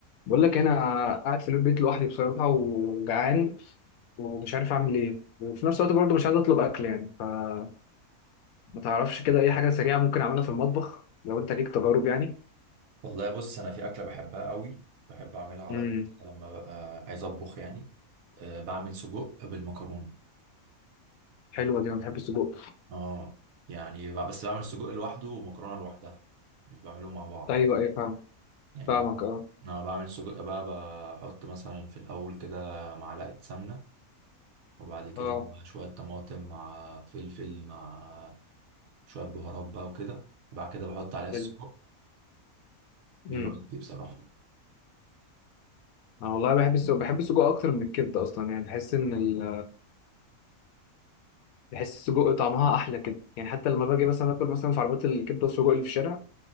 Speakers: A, on the left; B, on the right.
A: بقول لك انا قاعد في البيت لوحدي بصراحه وجعان ومش عارف اعمل ايه وفي نفس الوقت برضه مش عايز اطلب اكل يعني فما تعرفش كده اي حاجه سريعه ممكن اعملها في المطبخ لو انت ليك تجارب يعني
B: والله بص انا في اكله بحبها قوي بحب اعملها على
A: امم
B: طول كده لما ببقى عايز اطبخ يعني أه بعمل سجق بالمكرونه
A: حلوه دي انا بحب السجق
B: اه يعني ب- بس بعمل سجق لوحده ومكرونه لوحدها مش بعملهم مع بعض
A: ايوه ايوه فاهم
B: يعني
A: فاهمك
B: ب-
A: اه
B: انا بعمل سجق بقى بحط مثلا في الاول كده معلقه سمنه وبعد كده
A: اه
B: مع شويه طماطم مع فلفل مع شويه بهارات بقى وكده وبعد كده بحط عليها
A: حلو
B: السجق بيودي
A: امم
B: بصراحه
A: انا والله بحب السجق بحب السجق اكتر من الكبده اصلا يعني بحس ان ال... بحس السجق طعمها احلى كده يعني حتى لما باجي مثلا اكل مثلا في عربيات الكبده والسجق اللي في الشارع